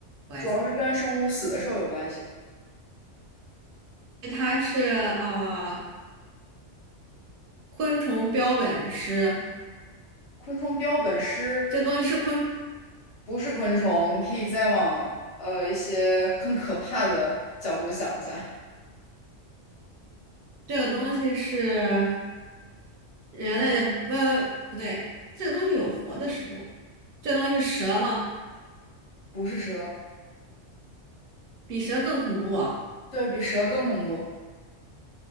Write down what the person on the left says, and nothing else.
主要是跟生物死的时候有关系。
昆虫标本师
不是昆虫，可以再往呃一些更可怕的角度想一下，
不是蛇，
对比蛇更恐怖。